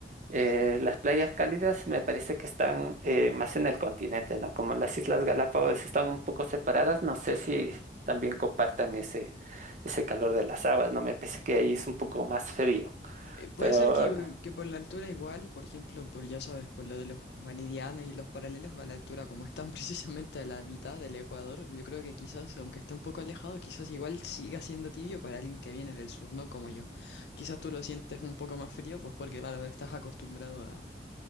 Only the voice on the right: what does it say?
Eh, las playas cálidas me parece que están eh, más en el continente, ¿no? Como las Islas Galápagos están un poco separadas, no sé si también compartan ese, ese calor de las aguas, ¿no? Me parece que ahí es un poco más frío,
pero...